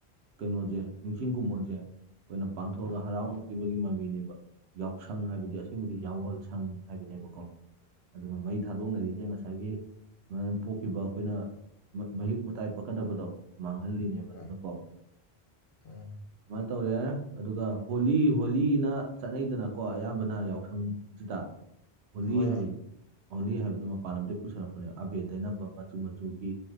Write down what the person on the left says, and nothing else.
ꯎꯝ
ꯎꯝ ꯎꯝ
ꯍꯣꯏꯅꯦ